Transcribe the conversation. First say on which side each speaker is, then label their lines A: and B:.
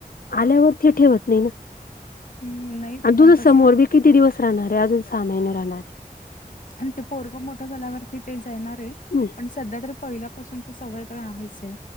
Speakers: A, on the left (about 80°); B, on the left (about 60°).
A: आल्यावर ते ठेवत नाही ना.
B: हम्म नाही
A: आणि
B: पण
A: तुझं
B: कसं
A: समोर बी किती दिवस राहणारे अजून सहा महिने राहणारे.
B: आणि ते पोरग मोठं झाल्यावरती ते जाणार आहे
A: हं,
B: पण सध्या तरी पहिल्यापासूनची सवय तर आहेच आहे.